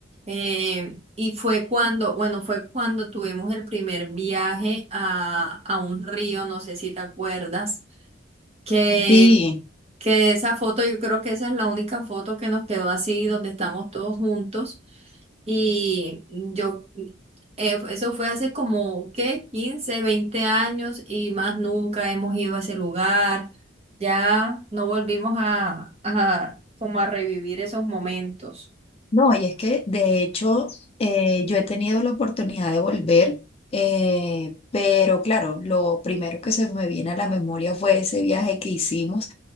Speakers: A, on the right; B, on the left.
A: eh, y fue cuando, bueno, fue cuando tuvimos el primer viaje a, a un río, no sé si te acuerdas que,
B: Sí,
A: que esa foto, yo creo que esa es la única foto que nos quedó así, donde estamos todos juntos. Y yo, eh, eso fue hace como, ¿qué? 15 20 años y más nunca hemos ido a ese lugar. Ya no volvimos a, a como a revivir esos momentos.
B: No, y es que de hecho eh, yo he tenido la oportunidad de volver, eh, pero claro, lo primero que se me viene a la memoria fue ese viaje que hicimos